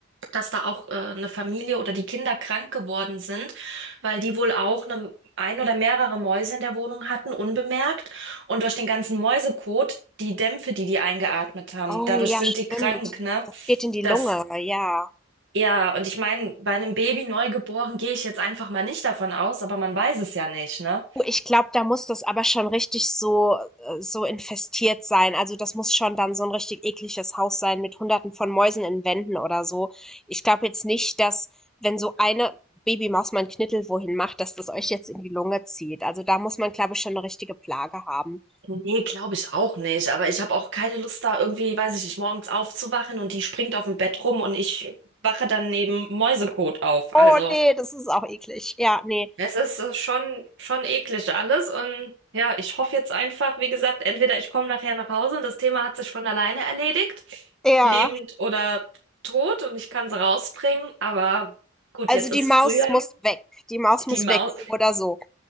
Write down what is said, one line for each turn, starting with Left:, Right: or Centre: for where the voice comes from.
Right: dass da auch äh, eine Familie oder die Kinder krank geworden sind, weil die wohl auch eine, ein oder mehrere Mäuse in der Wohnung hatten, unbemerkt. Und durch den ganzen Mäusekot, die Dämpfe, die die eingeatmet haben,
Centre: Oh
Right: dadurch
Centre: ja,
Right: sind
Centre: stimmt.
Right: die krank, ne?
Centre: Das geht in die
Right: Das,
Centre: Lunge, ja.
Right: ja, und ich meine, bei einem Baby neugeboren gehe ich jetzt einfach mal nicht davon aus, aber man weiß es ja nicht, ne?
Centre: Oh, ich glaube, da muss das aber schon richtig so äh, so infestiert sein. Also, das muss schon dann so ein richtig ekliges Haus sein mit Hunderten von Mäusen in Wänden oder so. Ich glaube jetzt nicht, dass, wenn so eine Babymaus mal 'n Knittel wohin macht, dass das euch jetzt in die Lunge zieht. Also, da muss man, glaube ich, schon eine richtige Plage haben.
Right: Nee, glaube ich auch nicht. Aber ich habe auch keine Lust, da irgendwie, weiß ich nicht, morgens aufzuwachen und die springt auf dem Bett rum und ich wache dann neben Mäusekot auf.
Centre: Oh
Right: Also.
Centre: nee, das ist auch eklig. Ja, nee,
Right: Es ist äh, schon, schon eklig alles und ja, ich hoffe jetzt einfach, wie gesagt, entweder ich komme nachher nach Hause und das Thema hat sich von alleine erledigt,
Centre: Ja.
Right: lebend oder tot und ich kann sie rausbringen, aber gut,
Centre: Also,
Right: jetzt
Centre: die
Right: ist
Centre: Maus
Right: früher,
Centre: muss weg. Die Maus muss
Right: die Maus,
Centre: weg, so oder so.